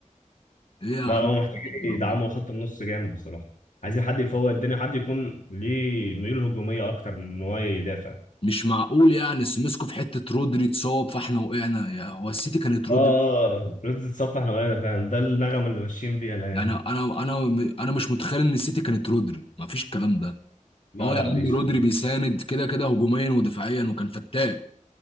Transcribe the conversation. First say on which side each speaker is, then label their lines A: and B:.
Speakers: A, on the left; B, on the left.
A: ايه يا عم
B: لا هم محتاجين
A: الدرجات
B: يدعموا خط النص جامد بصراحة عايزين حد يفوق الدنيا حد يكون ليه ميول هجومية اكتر من ان هو يدافع
A: دي؟ مش معقول يعني سمسكوا في حته رودري اتصاب فاحنا وقعنا يا هو السيتي كانت رودري
B: اه اه رز تتصفح نوعنا فعلا ده النغمة اللي ماشيين بيها الايام
A: يعني
B: دي
A: انا انا انا مش متخيل ان السيتي كانت رودري ما فيش الكلام ده
B: لا
A: اه
B: لا
A: يا عم
B: اديشن
A: رودري بيساند كده كده هجوميا ودفاعيا وكان فتاك